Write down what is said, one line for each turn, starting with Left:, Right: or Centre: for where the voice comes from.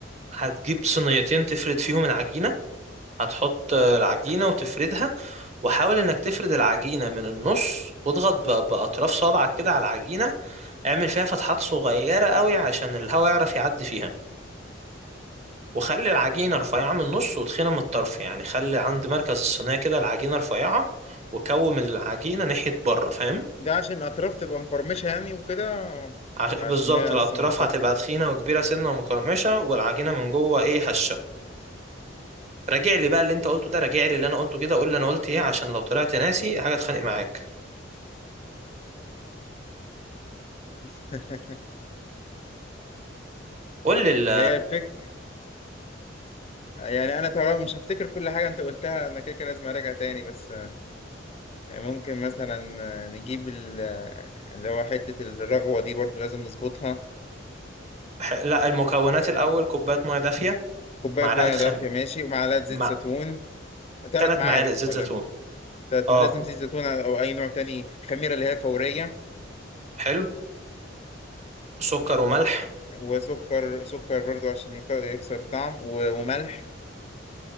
Right: هتجيب صينيتين تفرد فيهم العجينة هتحط العجينة وتفردها وحاول انك تفرد العجينة من النص واضغط ب- بأطراف صابعك كده على العجينة اعمل فيها فتحات صغيرة قوي عشان الهواء يعرف يعدي فيها وخلي العجينة رفيعة من النص وتخينة من الطرف يعني خلي عند مركز الصينية كده العجينة رفيعة وكوم العجينة ناحية بره فاهم
Left: ده عشان الأطراف تبقى مقرمشة يعني وكده
Right: عش...
Left: ولا
Right: بالظبط
Left: عشان هي
Right: الأطراف
Left: أصلا كده
Right: هتبقى تخينة وكبيرة سنة ومقرمشة والعجينة من جوه إيه هشة راجع لي بقى اللي أنت قلته ده راجع لي اللي أنا قلته كده قول لي أنا قلت إيه عشان لو طلعت ناسي حاجة أتخانق معاك
Left: <laughs>
Right: قول لي ال...
Left: هي الفكرة يعني أنا طبعا مش هفتكر كل حاجة أنت قلتها أنا كده كده لازم أراجع تاني بس ممكن مثلا نجيب ال- اللي هو حتة الرغوة دي برضو لازم نظبطها
Right: ح- لا المكونات الأول كوباية مية دافية
Left: كوبايه
Right: معلقة
Left: ميه
Right: خم
Left: دافيه ماشي ومعلقه زيت
Right: مع
Left: زيتون ثلاث
Right: تلات
Left: معالق
Right: معالق زيت
Left: ولا
Right: زيتون
Left: ثلاث
Right: اه
Left: لازم زيت زيتون او اي نوع تاني خميره اللي هي فوريه
Right: حلو سكر وملح
Left: وسكر سكر برضو عشان يك- يكسر الطعم و- وملح